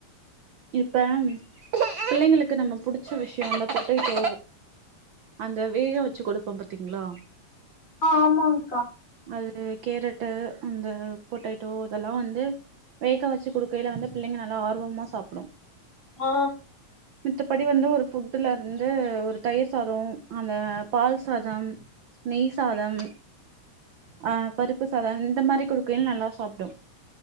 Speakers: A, on the right; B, on the left.
A: இப்ப பிள்ளைங்களுக்கு நம்ம புடிச்ச விஷயொ அந்த பொட்டேடொ அந்த வேகா வெச்சு கொடுப்போ பாத்தீங்ளா
B: ஆ ஆமாங்
A: அது கேரட்டு அந்த பொட்டேடோ இதலா வந்து வேக்க வெச்சு குடுக்கைல வந்து பிள்ளைங்க நல்லா ஆர்வமா சாப்புடும்
B: ஆ
A: மித்தபடி வந்து ஒரு ஃபுட்டுல இருந்து ஒரு தயிர் சாதோ அந்த பால் சாதம் நெய் சாதம் ஆ பருப்பு சாதம் இந்த மாரி குடுக்கைல நல்லா சாப்டும்